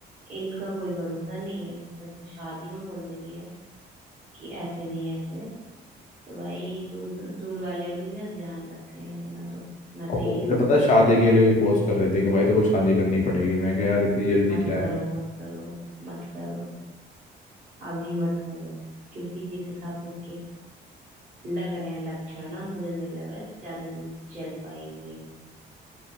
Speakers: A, on the right; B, on the left.
A: इनका कोई भरोसा नहीं है जब तो शादी में बोल दे रही है कि ऐसे नहीं ऐसे तो भाई दूर दूर वाले भी ना ध्यान रखें अपना तो मैं
B: और
A: तो यही
B: वो मुझे
A: कहूंगी
B: पता है शादी के लिए भी फोर्स कर रही थी कि भाई तो कुछ शादी करनी पड़ेगी मैं कहा यार इतनी जल्दी
A: मत
B: क्या
A: करो
B: है
A: मत करो मत करो अभी मत करो क्योंकि जिस हिसाब से इसके लग रहे हैं लक्षण ना मुझे नहीं लग रहा है ज्यादा दिन चल पाएगी ये